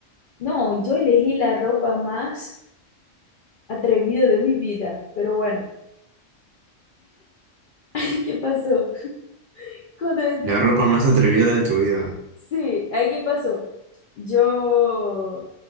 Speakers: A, on the left; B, on the right.
A: no, yo elegí la ropa más atrevida de mi vida, pero bueno. <laughs> ¿Qué pasó? Cuando,
B: La ropa más atrevida de tu vida,
A: sí, ahí qué pasó. Yo,